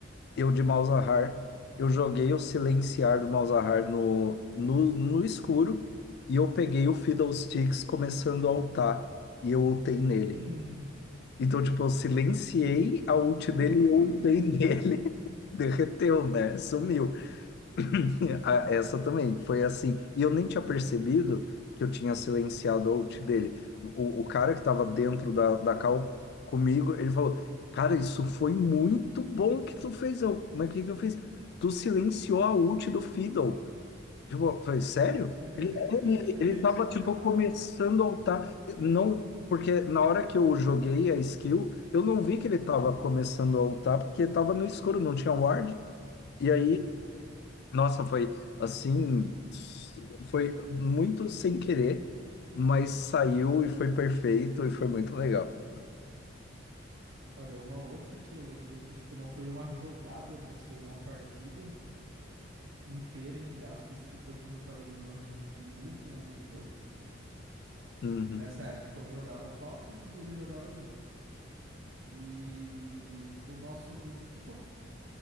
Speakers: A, on the left; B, on the right.
A: Eu de Malzahar, eu joguei o Silenciar do Malzahar no, no, no escuro e eu peguei o Fiddlesticks começando a ultar e eu ultei nele.
B: Hum.
A: Então, tipo, eu silenciei a ult
B: <laughs>
A: dele e eu ultei <laughs> nele. Derreteu, né? Sumiu. <clears throat> <laughs> Ah, Essa também foi assim. E eu nem tinha percebido que eu tinha silenciado o out dele. O, o cara que estava dentro da, da call comigo, ele falou: Cara, isso foi muito bom que tu fez. Eu, mas o que que eu fiz? Tu silenciou a ult do Fiddle. Tipo, eu falei: Sério?
B: <laughs>
A: Ele, ele,
B: Sem
A: ele
B: nem
A: tava,
B: ter
A: tipo,
B: reparado.
A: começando a ultar. Não, porque na hora que eu joguei a skill, eu não vi que ele tava começando a ultar, porque tava no escuro, não tinha ward. E
B: Muito
A: aí
B: bom.
A: nossa, foi assim, foi muito sem querer, mas saiu e foi perfeito e foi muito legal.
B: Olha, uma outra que eu lembro que, tipo, não foi uma jogada, mas foi uma partida inteira, entre aspas, que foi quando eu tava jogando rank de duo com um amigo meu.
A: Uhum.
B: E nessa época eu jogava top e ele jogava jungle. E o nosso mid quitou.